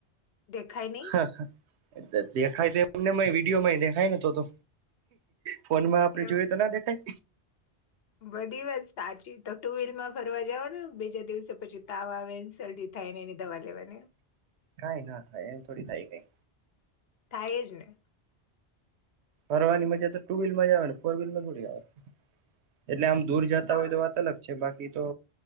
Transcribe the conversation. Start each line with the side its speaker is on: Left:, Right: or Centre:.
Left: દેખાય નહી
Right: હા હા! દેખાય તો એમને વિડીયોમાંય દેખાય નને તો. ફોન માં આપડે
Left: એ
Right: જોયું તો ના દેખાય.
Left: બધી વાત સાચી. તો ટુ વ્હીલ માં ફરવા જવાનું બીજા દિવસે પછી તાવ આવે ને શરદી થાયને એની દવા લેવાની.
Right: કઈ ના થાય એમ થોડી થાય કઈ.
Left: થાય જ ને.
Right: ફરવાની મજા તો ટુ વ્હીલમાં જ આવે ને ફોર વ્હીલમાં થોડી આવે. એટલે આમ દૂર જતા
Left: હા
Right: હોય તો વાત અલગ છે બાકી તો